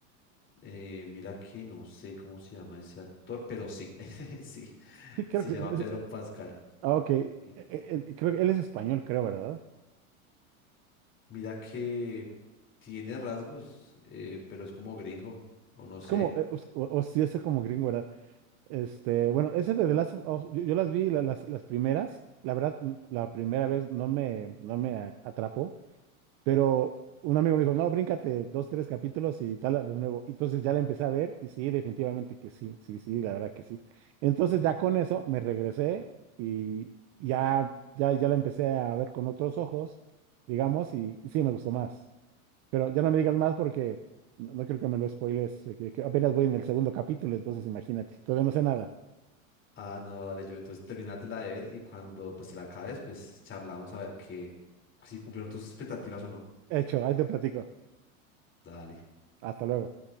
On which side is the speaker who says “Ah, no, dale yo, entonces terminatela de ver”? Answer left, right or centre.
Left